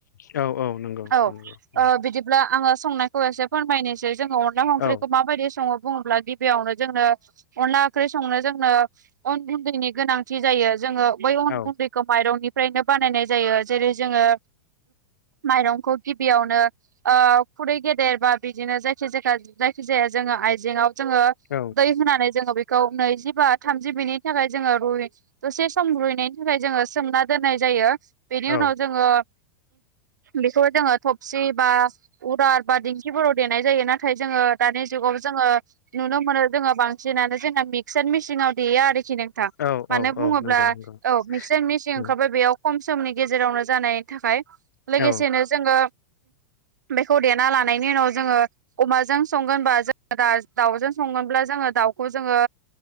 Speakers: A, on the left; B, on the right.
A: औ औ नंगौ
B: औ
A: नंगौ
B: बिदिब्ला आङो संनायखौ एसे फोरमायनोसै जोंङो ना स ओंख्रिखौ
A: औ
B: मायदि सङो बुङोब्ला दि बेयावनो जोंनो अनला ओंख्रि संनो जोंनो उन उन्दैनि गोनांथि जायो जोङो बै अन
A: औ
B: गुन्दैखौ माइरंनिफ्रायनो बानायनाय जायो जेरै जोङो माइरंखौ गिबियावनो खुरै गेदेर बा बिदिनो जायखि जाय जायखि जाया जोङो आयजेंआव जोङो
A: औ
B: दै होनानै जोङो बेखौ नैजि बा थामजि बिनि थाखाय जोङो रुइ दसे सम रुइनायनि थाखाय जोङो सोमना दोननाय जायो बेनि
A: औ
B: उनाव जोङो बेखौ जोङो थबसि बा उरार बा दिंखिफोराव देनाय जायो नाथाय जोङो दानि जुगाव जोङो नुनो मोनो जोङो बांसिनानो जोंना मिक्सार मिसिनाव देयो आरोखि नोंथां
A: औ औ
B: मानो बुङोब्ला
A: औ नंगौ नंगौ
B: औ मिक्सार मेसिं
A: उम,
B: ओंखारबाय बेयाव खम समनि गेजेरावनो जानायनि थाखाय लोगोसेनो
A: औ
B: जोङो बेखौ देना लानायनि उनाव जोङो अमाजों संगोनबा जो दा दाउजों संगोनब्ला जोङो दाउखौ जोङो